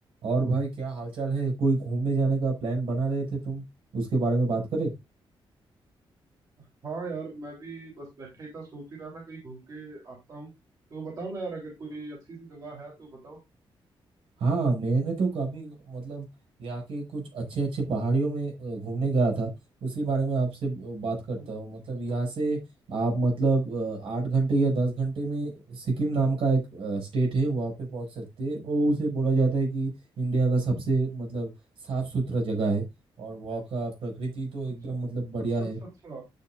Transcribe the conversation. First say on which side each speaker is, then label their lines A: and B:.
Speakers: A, on the right (about 75°); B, on the right (about 40°).
A: और भाई क्या हालचाल है कोई घूमने जाने का प्लान बना रहे थे तुम उसके बारे में बात करें
B: हाँ यार मैं भी बस बैठा ही था सोच ही रहा था कहीं घूम के आता हूँ तो बताओ ना यार अगर कोई अच्छी सी जगह है तो बताओ
A: हाँ मैंने तो काफी मतलब यहाँ के कुछ अच्छे अच्छे पहाड़ियों में अ, घूमने गया था उसी बारे में आपसे ब- बात करता
B: हम्म,
A: हूँ मतलब यहाँ से आप मतलब अ, आठ घंटे या दस घंटे में सिक्किम नाम का एक स्टेट है वहाँ पे पहुँच सकते हैं और उसे बोला जाता है कि इंडिया का सबसे मतलब साफ सुथरा जगह है और वहाँ का प्रकृति तो एकदम
B: अच्छा
A: मतलब बढ़िया
B: अच्छा
A: है
B: अच्छा अच्छा